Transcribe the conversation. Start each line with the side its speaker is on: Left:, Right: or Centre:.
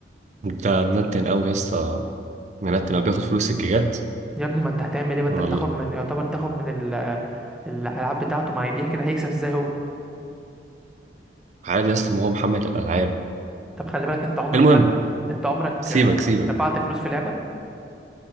Right: انت منتن قوي يا اسطى منتن قوي بياخد فلوس الجيجات
Centre: يا ابني ما انت هتعمل ايه ما انت
Right: ولا-
Centre: بتاخد من يعتبر تاخد من ال... الألعاب بتاعته ما هي بيحكي ده هيكسب ازاي هو
Right: عادي يا اسطى ما هو محمل الالعاب
Centre: طب خلي بالك انت عمرك
Right: المهم
Centre: طب انت عمرك
Right: سيبك
Centre: آه،
Right: سيبك
Centre: دفعت فلوس في لعبة